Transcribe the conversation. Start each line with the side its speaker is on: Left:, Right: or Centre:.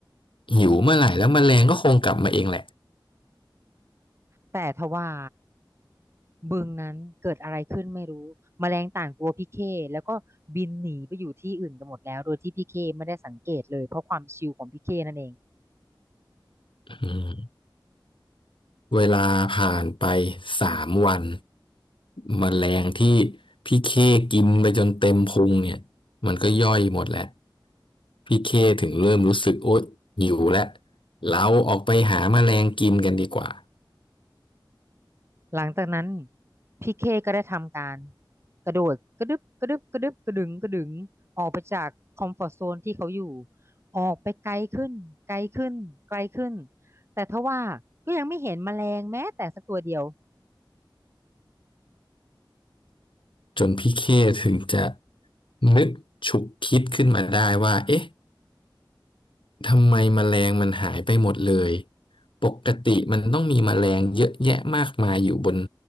Left: หิวเมื่อไหร่แล้วแมลงก็คงกลับมาเองแหละ
Right: แต่ทว่าบึงนั้นเกิดอะไรขึ้นไม่รู้แมลงต่างกลัวพี่เคแล้วก็บินหนีไปอยู่ที่อื่นกันหมดแล้วโดยที่พี่เคไม่ได้สังเกตเลยเพราะความชิลของพี่เคนั่นเอง
Left: อืม เวลาผ่านไปสามวันแมลงที่พี่เคกินไปจนเต็มพุงเนี่ยมันก็ย่อยหมดแล้วพี่เคถึงเริ่มรู้สึกโอ๊ยหิวแล้วเราออกไปหาแมลงกินกันดีกว่า
Right: หลังจากนั้นพี่เคก็ได้ทำการกระโดดกระดึบกระดึบกระดึบกระดึงกระดึงออกไปจากคอมฟอร์ z โซนที่เขาอยู่ออกไปไกลขึ้นไกลขึ้นไกลขึ้นแต่ทว่าก็ยังไม่เห็นแมลงแม้แต่สักตัวเดียว
Left: จนพี่เคถึงจะนึกฉุกคิดขึ้นมาได้ว่าเอ๊ะ ทำไมแมลงมันหายไปหมดเลยปกติมันต้องมีแมลงเยอะแยะมากมายอยู่บน